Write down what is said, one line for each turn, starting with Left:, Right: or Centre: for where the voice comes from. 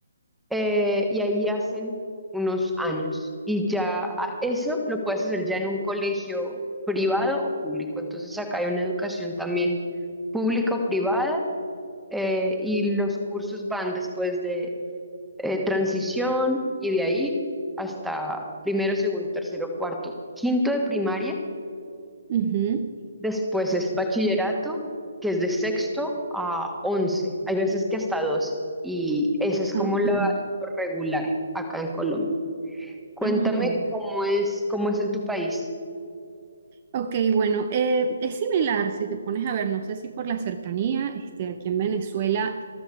Centre: Eh, y ahí hacen unos años. Y ya a- eso lo puedes hacer ya en un colegio privado o público. Entonces acá hay una educación también pública o privada eh, y los cursos van después de eh, transición y de ahí hasta primero, segundo, tercero, cuarto, quinto de primaria.
Right: Ujú,
Centre: Después es bachillerato, que es de sexto a once. Hay veces que hasta doce. Y ese es
Right: Ok.
Centre: como la- lo regular acá en Colombia. Cuéntame
Right: Ah, ya.
Centre: cómo es, cómo es en tu país.
Right: Ok, bueno, eh, es similar si te pones a ver, no sé si por la cercanía, este, aquí en Venezuela